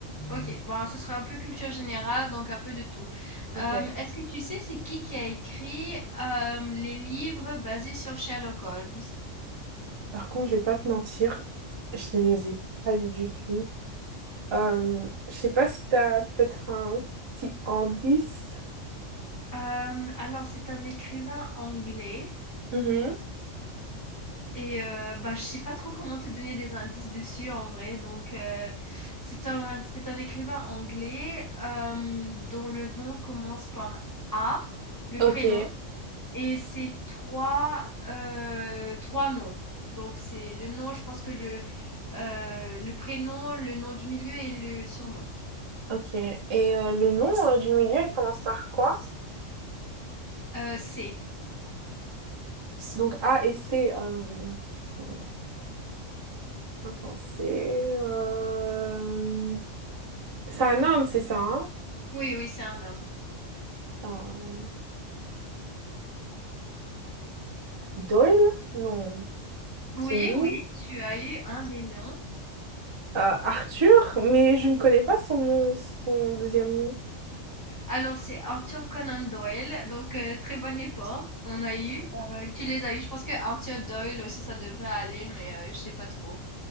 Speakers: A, on the left; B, on the right.
A: Ok, bon, ce sera un peu culture générale, donc un peu de tout.
B: Ok.
A: Euh, est-ce que tu sais c'est qui qui a écrit euh, les livres basés sur Sherlock Holmes?
B: Par contre, je vais pas te mentir, je ne les ai pas lus du tout. Euh, je sais pas si t'as peut-être un petit indice.
A: Euh, alors, c'est un écrivain anglais
B: Mhm.
A: et euh, bah, je sais pas trop comment te donner des indices dessus en vrai. Donc, euh, c'est un, c'est un écrivain anglais euh, dont le nom commence par A, le
B: Ok,
A: prénom, Et c'est trois, euh, trois noms. Donc c'est le nom, je pense que le, euh, le prénom, le nom du milieu et le surnom.
B: ok. Et euh, le nom euh, du milieu, il commence par quoi?
A: Euh, c'est.
B: Donc A et C. Euh... attends, pas penser. euh, C'est un homme, c'est ça, hein?
A: Oui, oui, c'est un homme.
B: Euh, Doyle? Non,
A: Oui,
B: c'est lui.
A: oui, tu as eu un des noms.
B: Euh, Arthur, mais je ne connais pas son nom, son deuxième nom.
A: Alors c'est Arthur Conan Doyle, donc euh, très bon effort. On a eu, euh, tu les as eu. Je pense que Arthur Doyle aussi ça devrait aller, mais euh, je sais pas trop.